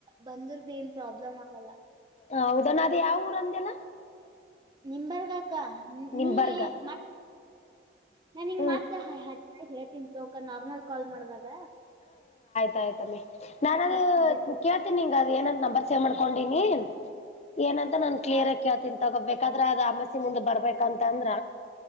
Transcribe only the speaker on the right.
ಬಂದ್ರ ಬಿ ಏನ್ ಪ್ರಾಬ್ಲಮ್ ಆಗಲ್ಲ.
ನಿಮ್ ಬರ್ಗಕ್ಕ
ನೀ ಹ್ಮ ನಾ ನಿಂಗ್
ಮಾತ್ರ ಹ ಹಯ್ ಹೇಳ್ತೀನ್ ತಗೋಕ ನಾರ್ಮಲ್ ಕಾಲ್ ಮಾಡ್ದಾಗ
ಬರ್ತಿದ್ದೆ ಅಂದ್ರೆ
ಆ